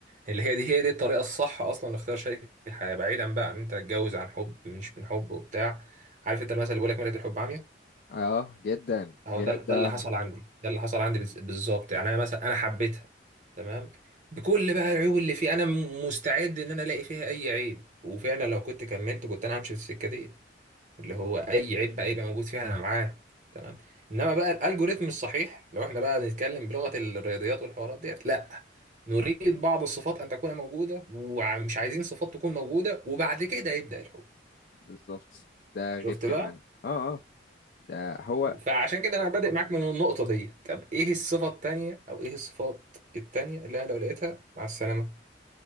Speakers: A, on the right; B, on the left.
A: اللي هي دي هي دي الطريقه الصح اصلا لاختيار شريك الحياه بعيدا بقى عن ان انت تتجوز عن حب مش من حب وبتاع عارف انت المثل اللي بيقول لك مرية الحب عمياء
B: اه جدا
A: هو
B: جدا
A: ده ده اللي حصل عندي ده اللي حصل عندي بالز- بالظبط يعني انا مثلا انا حبيتها تمام بكل بقى العيوب اللي فيه انا م- مستعد ان انا الاقي فيها اي عيب وفعلا لو كنت كملت كنت انا همشي في السكه دي اللي هو اي عيب بقى يبقى موجود فيها انا معاه تمام انما بقى الالجوريثم الصحيح لو احنا بقى بنتكلم بلغه الرياضيات والحوارات ديت لا نريد بعض الصفات ان تكون موجوده ومش عايزين صفات تكون موجوده وبعد كده يبدا الحب
B: بالظبط ده غير
A: شفت
B: كمان
A: بقى
B: اه اه ده هو
A: فعشان كده انا بادئ معاك من النقطة دي طب ايه الصفة التانية او ايه الصفات التانية اللي انا لو لقيتها مع السلامة